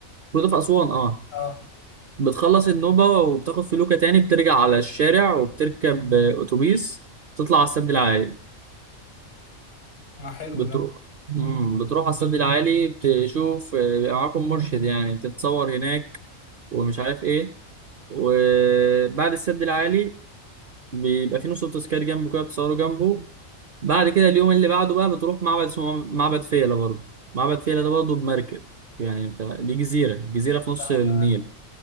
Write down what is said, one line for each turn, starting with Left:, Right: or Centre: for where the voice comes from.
Right: برضه في أسوان اه
Left: اه
Right: بتخلص النوبة وبتاخد فلوكة تاني بترجع على الشارع وبتركب آه، أتوبيس تطلع على السد العالي
Left: انا حلو
Right: بتروح مم. بتروح على السد العالي بتشوف آه، بيبقى معاكم مرشد يعني تتصور هناك ومش عارف ايه وبعد السد العالي بيبقى في نص تذكاري جنبه كده بتصوروا جنبه بعد كده اليوم اللي بعده بقى بتروح معبد اسمه معبد فيلة برضه معبد فيلة ده برضه بمركب يعني انت دي جزيرة جزيرة في نص
Left: ده
Right: النيل